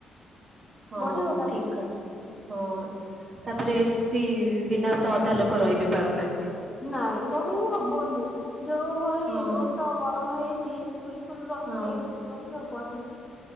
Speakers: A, on the right (about 45°); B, on the left (about 15°).
A: ହଁ
B: ବଢିଗଲାଣି
A: ଠିକ କଥା ହଁ ତାପରେ ଏସି ବିନା ତ ଅଧା ଲୋକ ରହି ବି ପାରୁନାହାନ୍ତି ।
B: ନାଇଁ ରହି ହବନି ଯୋଉ ଭଳି
A: ହଁ
B: ଏ ବର୍ଷ ଗରମ ହେଇଛି ବିଲକୁଲ ରହି
A: ହଁ।
B: ହେନି । ହବନି,